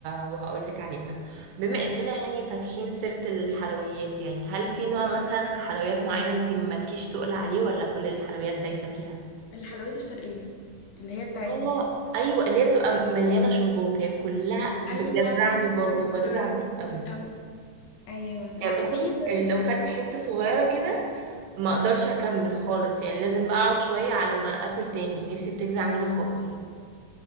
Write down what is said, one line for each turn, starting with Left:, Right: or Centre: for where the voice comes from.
Right: وهقول لك عليها بما
Left: هتعجبك
Right: اننا يعني فاتحين سيرة الحلويات يعني هل في نوع مثلا حلويات معينة انت مالكيش تقول عليه ولا كل الحلويات دايسة فيها
Left: الحلويات الشرقيه اللي هي بتاعتنا
Right: اه
Left: دي
Right: ايوه اللي هي بتبقى مليانه شربات هي كلها
Left: ايوه
Right: بتجزعني برضو
Left: سكر
Right: بجزع منها
Left: كتير
Right: قوي
Left: قوي ايوه لا
Right: يعني باخد
Left: في بس
Right: لو خدت حته صغيره كده ما
Left: مم.
Right: اقدرش اكمل خالص يعني لازم بقى اقعد شويه على ما اكل تاني نفسي بتجزع منها خالص